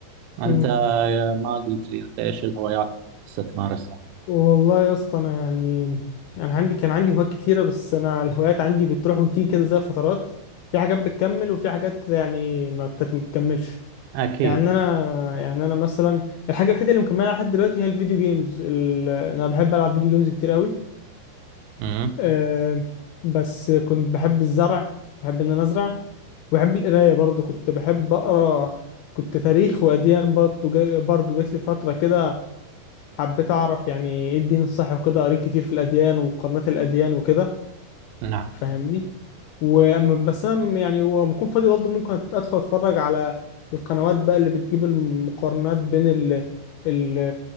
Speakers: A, on the right (about 80°); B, on the left (about 80°).
A: أنت
B: امم
A: آه، ما قلت لي أنت إيش الهوايات اللي لسه تمارسها
B: والله يا اسطى انا يعني انا عندي كان عندي هوايات كتيره بس انا الهوايات عندي بتروح وتيجي كده زي فترات في حاجات بتكمل وفي حاجات يعني ما بت- ما بتكملش
A: أكيد
B: يعني انا يعني انا مثلا الحاجه الوحيده اللي مكملها لحد دلوقتي هي الفيديو جيمز ال... انا بحب العب فيديو جيمز كتير قوي
A: مم.
B: آه، بس كنت بحب الزرع بحب ان انا ازرع وبحب القرايه برضو كنت بحب اقرا كنت تاريخ واديان برضو جا- برضو جات لي فتره كده حبيت اعرف يعني ايه الدين الصح وكده قريت كتير في الاديان ومقارنات الاديان وكده
A: نعم
B: فاهمني وأما- بس انا يعني لما اكون فاضي برضو ممكن ادخل اتفرج على القنوات بقى اللي بتجيب المقارنات بين ال ال